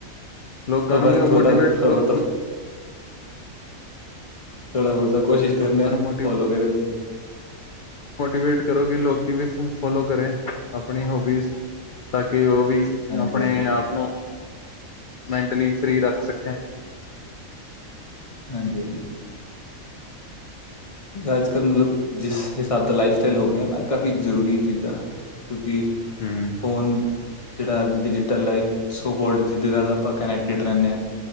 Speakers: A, on the left; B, on the left.
A: ਲੋਕਾਂ ਨੂੰ
B: ਬਸ
A: ਵੀ ਉਹ
B: ਤੂੰਦਾ
A: ਮੋਟੀਵੇਟ
B: ਬਬ ਤੋਂ,
A: ਕਰੋ
B: ਥੋੜ੍ਹਾ ਬਹੁਤਾ ਤਾਂ ਕੋਸ਼ਿਸ਼ ਕਰਨੇ
A: ਲੋਕਾਂ
B: ਆ
A: ਨੂੰ ਮੋਟੀ
B: ਫੋਲੋ ਕਰਨ ਦੀ,
A: ਮੋਟੀਵੇਟ ਕਰੋ ਕਿ ਲੋਕੀ ਵੀ ਫੋਲੋ ਕਰੇ ਆਪਣੀ ਹੋਬੀਜ਼ ਤਾਂ ਕਿ ਉਹ, ਵੀ
B: ਹਾਂਜੀ
A: ਆਪਣੇ
B: ਹਾਂਜੀ
A: ਆਪ ਨੂੰ ਮੈਂਟਲੀ, ਫਰੀ ਰੱਖ ਸਕੇ।
B: ਹਾਂਜੀ-ਹਾਂਜੀ, ਅੱਜ-ਕੱਲ੍ਹ ਮਤਲਬ ਜਿਸ ਹਿਸਾਬ ਦਾ ਲਾਈਫ ਸਟਾਈਲ ਹੋ ਗਿਆ ਨਾ ਕਾਫ਼ੀ ਜ਼ਰੂਰੀ ਹੈ ਚੀਜ਼ਾਂ, ਕਿਉਂਕਿ
A: ਹੂੰ
B: ਫੋਨ, ਜਿਹੜਾ ਡਿਜੀਟਲ ਲਾਈਫ ਸੋ ਕੋਲ ਜਿਹਦੇ ਨਾਲ ਆਪਾਂ ਕਨੈਕਟਿਡ ਰਹਿੰਦੇ ਹਾਂ।